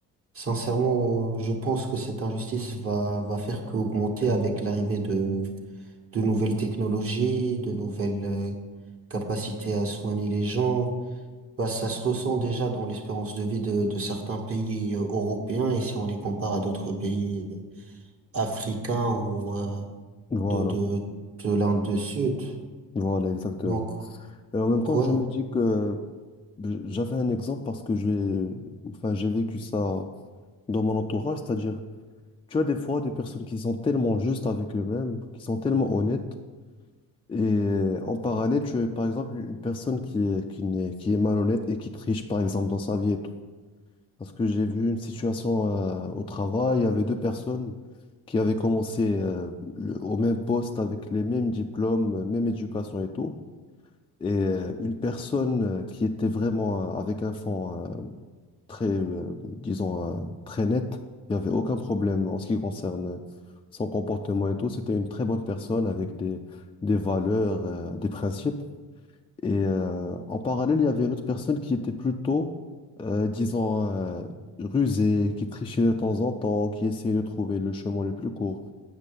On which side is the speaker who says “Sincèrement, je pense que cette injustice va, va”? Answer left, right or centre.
Right